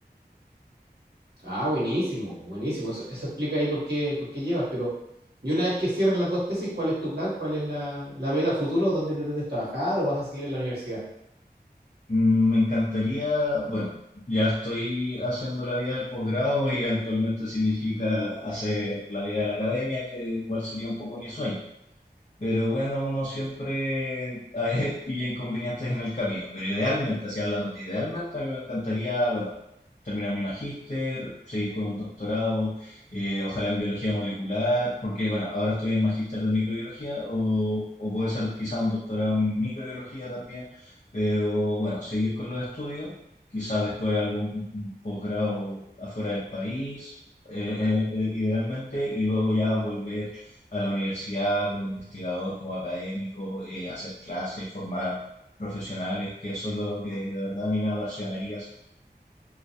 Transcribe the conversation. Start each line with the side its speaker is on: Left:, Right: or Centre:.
Right: Ah, buenísimo, buenísimo. Eso, eso explica ahí por qué, por qué llevas, pero y una vez que cierres las dos tesis, ¿cuál es tu plan? ¿Cuál es la, la meta futuro? ¿Dónde pretendes trabajar o vas a seguir en la universidad?
Left: Mm, Me encantaría, bueno, ya estoy haciendo la vida del posgrado y eventualmente significa hacer la vida de la academia, que igual sería un poco mi sueño. Pero bueno, uno siempre <laughs> a veces pilla inconvenientes en el camino. Pero idealmente, así hablando, idealmente a mí me encantaría, bueno, terminar mi magíster, seguir con un doctorado, eh, ojalá en biología molecular, porque bueno, ahora estoy en magíster de microbiología o, o puede ser quizá un doctorado en microbiología también. Pero bueno, seguir con los estudios, quizás después algún posgrado afuera del país, eh, eh, eh, idealmente, y luego ya volver a la universidad como investigador, como académico, eh, hacer clases, formar profesionales, que eso es lo que de verdad a mí me apasionaría hacer.